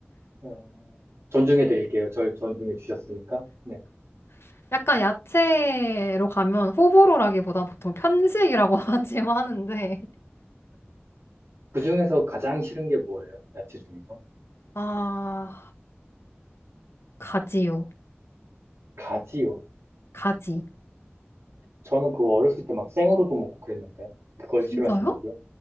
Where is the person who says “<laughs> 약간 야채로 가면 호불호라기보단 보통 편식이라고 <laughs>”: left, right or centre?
Left